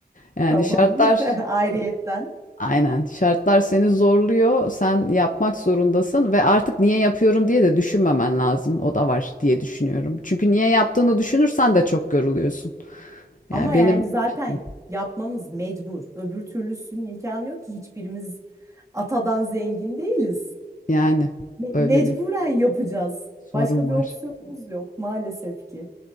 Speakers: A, on the left (about 50°); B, on the right (about 20°).
A: Yani
B: Tamam.
A: şartlar
B: <laughs> Ayrıyetten.
A: aynen şartlar seni zorluyor. Sen yapmak zorundasın ve artık niye yapıyorum diye de düşünmemen lazım. O da var diye düşünüyorum. Çünkü niye yaptığını düşünürsen de çok yoruluyorsun.
B: Ama
A: Yani
B: yani
A: benim
B: zaten
A: fikrim
B: yapmamız mecbur. Öbür türlüsünün imkanı yok ki hiçbirimiz atadan zengin değiliz.
A: yani
B: Me-
A: öyle
B: mecburen
A: bir
B: yapacağız.
A: sorun
B: Başka
A: var.
B: bir opsiyonumuz yok maalesef ki.